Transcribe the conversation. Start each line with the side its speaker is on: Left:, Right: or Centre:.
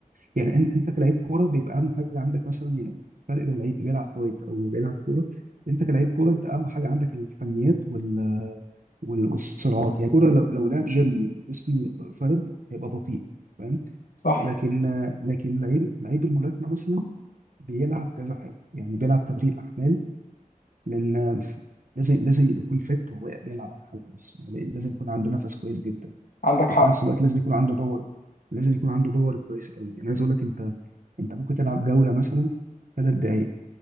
Right: يعني ان- انت كلاعب كوره بيبقى اهم حاجه عندك مثلا يعني الفرق بين لعيب بيلعب فايت او بيلعب كوره انت كلاعب كوره انت اهم حاجه عندك الفنيات وال وال- والصراعات يعني الكوره لو لو لعب جيم جسمه فرد هيبقى بطيء فاهم
Left: صح
Right: لكن لكن لعيب لعيب الملاكمه مثلا بيلعب كذا حاجه يعني بيلعب تمرين احمال لان لازم لازم يكون فت وهو بيلعب على الحلقه نفسه يعني إيه؟ لازم يكون عنده نفس كويس جدا
Left: عندك
Right: وفي
Left: حق
Right: نفس الوقت لازم يكون عنده باور لازم يكون عنده باور كويس قوي يعني عايز اقول لك انت انت ممكن تلعب جوله مثلا ثلاث دقائق